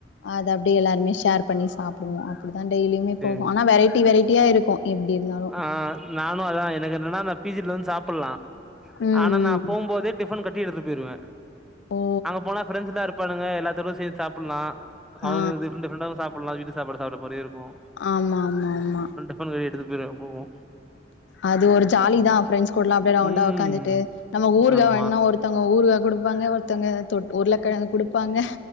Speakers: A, on the left; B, in the centre.
A: அது அப்டியே எல்லாருமே ஷேர் பண்ணி சாப்டுவோ அப்டி தா டய்லியுமே
B: சேரி
A: போகும் ஆனா வெரைட்டி வெரைட்டியா இருக்கும் எப்டி இருந்தாலு
B: ஆஹ் நானு அதா எனக்கு என்னன்னா நா பிஜல வந்து சாப்டலா
A: ம்
B: ஆனா நா
A: ம்
B: போகும் போது டிஃபன் கட்டி எடுட்டு போயிடுவ
A: ஓ
B: அங்க போனா ஃப்ரெண்ட்ஸ் எல்லாம் இருப்பானுங்க எல்லாத்தோட சேர்ந்து சாப்டலா அவங்க
A: ஆ
B: இது டிஃரண்ட டிஃரண்ட சாப்டலா வீட்டு சாப்பாடு சாப்ட்ட மாதிரி இருக்கும்
A: ஆமா ஆமா ஆமா
B: <unintelligible> எடுத்துட்டு போய்ருவ போவோ
A: அது ஒரு ஜாலிதா ஃப்ரெண்ட்ஸ் கூடலா அப்டியே ரவுண்டா
B: ம்
A: உக்காந்துட்டு நம்ம ஊறுகா
B: ஆமா
A: வேணா ஒரு த்தவ்ங்க ஊறுகா குடுப்பாங்க ஒருத் தவ்ங்க தொட் உருளக்கெழங்கு குடுப்பாங்க